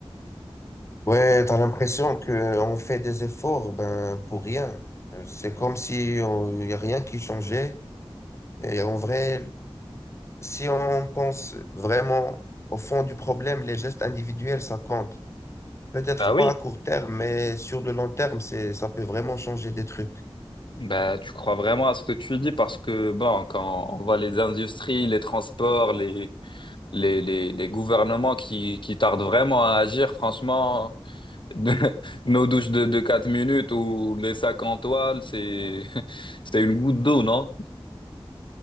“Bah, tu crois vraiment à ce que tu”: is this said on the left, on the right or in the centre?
Left